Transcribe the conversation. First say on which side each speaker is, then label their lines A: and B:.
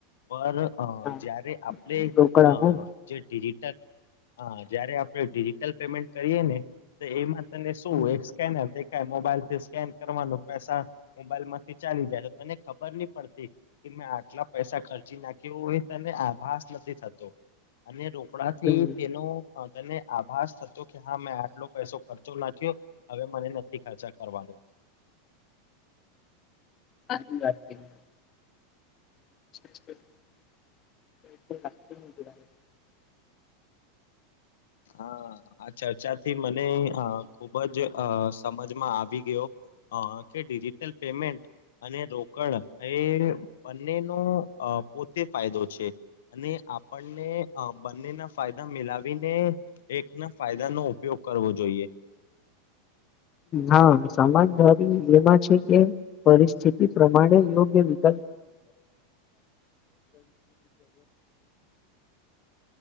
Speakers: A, on the left; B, on the left.
A: પણ હવે અ
B: હા
A: જયારે આપણે
B: રોકડા
A: અ
B: હા
A: જે <unintelligible> હા જયારે આપણે ડિજિટલ પેમેન્ટ કરીએ ને તો એમાં તને
B: હમ
A: શું દેખાય મોબાઈલ થી સ્કેન કરવાનું પૈસા મોબાઈલમાંથી ચાલી જાય તો તને ખબર નહી પડતી. કે મેં આટલા પૈસા ખર્ચી નાખ્યો એ તને આભાસ નથી થતો અને રોક કડાથી
B: હમ.
A: તેનો તેને આભાસ થતો કે હા મેં આટલો પૈસો ખર્ચો નાખયો. હવે મને નથી ખર્ચા કરવાનો
B: <inaudible> વાત થેલી. <inaudible>
A: હા આ ચર્ચાથી મને અ ખુબ જ અ સમજમાં આવી ગયો અ કે ડિજિટલ પેમેન્ટ અને રોકડ એ બંનેનું પોતે ફાયદો છે અને આપણને અ બંનેના ફાયદા મિલાવીને એક ના ફાયદા નો ઉપયોગ કરવો જોઈએ.
B: હા, સમાજદારી એમાં છે કે પરિસ્થિતિ પ્રમાણે યોગ્ય વિક